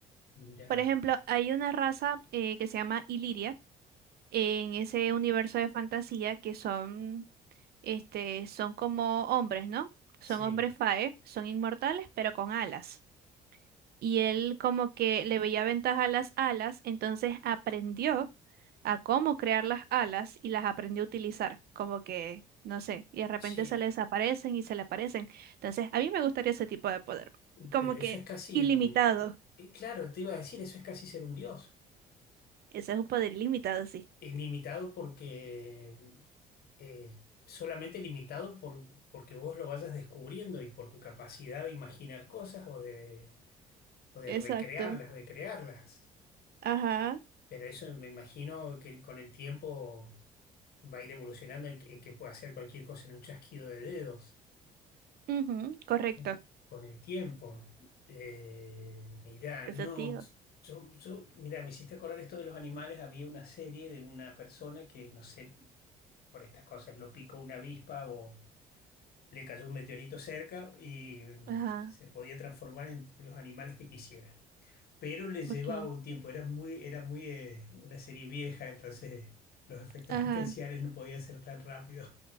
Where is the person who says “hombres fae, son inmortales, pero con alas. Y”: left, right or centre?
Right